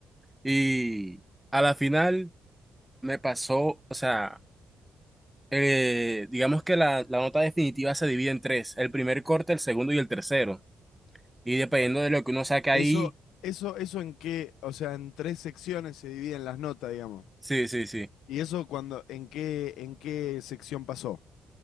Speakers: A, in the centre; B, on the left.
A: Y a la final me pasó, o sea, eh, digamos que la, la nota definitiva se divide en tres, el primer corte, el segundo y el tercero. Y dependiendo de lo que uno saque
B: Eso,
A: ahí,
B: eso, eso en qué, o sea, en tres secciones se dividen las notas, digamos.
A: sí, sí, sí.
B: Y eso cuando, ¿en qué, en qué sección pasó?